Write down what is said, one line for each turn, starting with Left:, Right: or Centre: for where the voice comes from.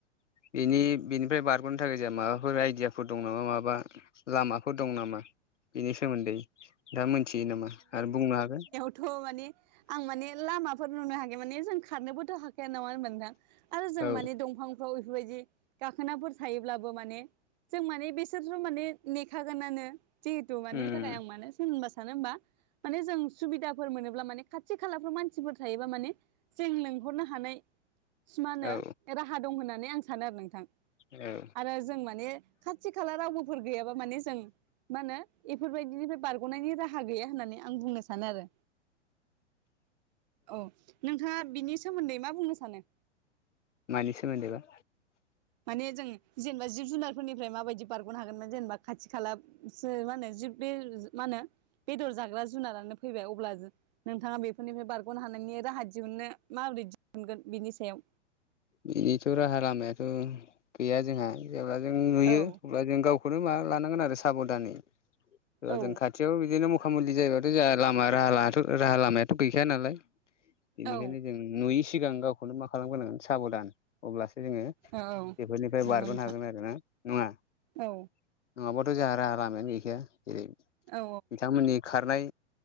Left: बेनि बेनिफ्राय बारग'नो थाखाय जोंहा माबाफोर आइडियाफोर दं नामा माबा लामाफोर दं नामा बेनि सोमोन्दै दा मोनथियो नामा आरो बुंनो हागोन
Right: थ' माने आं माने लामाफोर नुनो हाग माने जों खारनोबोथ' हाखाया नामा मोनदां आरो जों
Left: औ
Right: मानि दंफां बेफोरबायदि गाखोनाफोर थायोब्लाबो माने जों माने बेसोरसो माने नेखागोनानो जिहेथु मानि
Left: उम
Right: थाखाय आं मानो सोरब सानो होमबा माने जों सुबिदाफोर मोनोब्ला माने खाथि खालाफ्राव मानसिफोर थायोबा माने जों लेंंहरनो हानाय सिमानो
Left: औ
Right: राहा दं होननानै आं सानो आरो नोंथां
Left: औ
Right: आरो जों माने खाथि खाला रावबोफोर गैयाबा माने जों मा होनो बेफोरबायदिनिफ्राय बारग'नायनि राहा रा गैया होननानै आं बुंनो सानो आरो औ नोंथाङा बिनि सोमोन्दै मा बुंनो सानो
Left: मानि सोमोन्दै बा
Right: माने जों जेनेबा जिब जुनारफोरनिफ्राय माबायदि बारग'नो हागोनमोन जेनेबा खाथि खाला मा होनो जि बे मा होनो बेदर जाग्रा जुनारानो फैबाय अब्ला नोंथाङा बेफोरनिफ्राय बारग'नो हानायनि राहा दिहुननो माबोरै दिहुनगोन बिनि सायाव
Left: बिनिथ' राहा लामायाथ' गैया जोंहा जेब्ला जों नुयो
Right: औ
Left: जों गावखौनो माबा लानांगोन आरो साबधानैा जों
Right: औ
Left: खाथि खाथियाव बिदिनो मखा मुलि जायोबाथ' जोंहा लामा राहा लामायाथ' गैखाया नालाय बेनिखायनो
Right: औ
Left: जों नुयै सिगां गावखौनो मा खालामग्रोनांगोन साबधान अब्लासो जोङो
Right: औ औ
Left: बेफोरनिफ्राय
Right: नंगौ
Left: बारग'नो
Right: नोंथां
Left: हागोन आरोोना नङा नङाबाथ'
Right: औ
Left: जोंहा राहा लामायानो गैखाया जेरै
Right: औ
Left: बिथांमोननि खारनाय